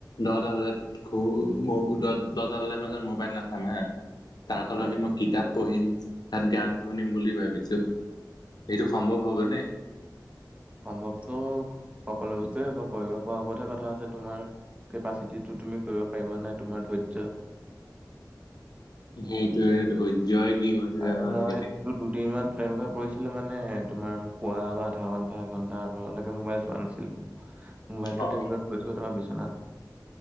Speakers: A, on the left (about 65°); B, on the right (about 20°).
A: দহটা বজাত খু দ মো দহটা বজাৰ পাছত মোবাইল নাচাম হা তাৰ সলনি
B: অ
A: মই কিতাপ পঢ়িম তাত গান শুনিম বুলি ভাবিছো সেইটো সম্ভৱ হ'ব নে
B: সম্ভৱতো সকলো বস্তুৱয়ে হব কৰিব পৰা উপতহে কথা আছে তোমাৰ কেপাচিটিটো তুমি কৰিব পাৰিবা নাই তোমাৰ ধৈৰ্য
A: সেইটোৱে ধৈৰ্যই কি হৈছে
B: আৰে
A: জানো
B: মই
A: আজিকালি।
B: ত দুদিনমান তেনেকুৱা কৰিছিলোঁ মানে, তোমাৰ কোৱা আধা ঘণ্টা এঘণ্টা লৈকে মোবাইল চোৱা নাছিলোঁ। মোবাইলটো
A: অ'।
B: টেবুলত থৈছিলো, তাপা বিচনাত-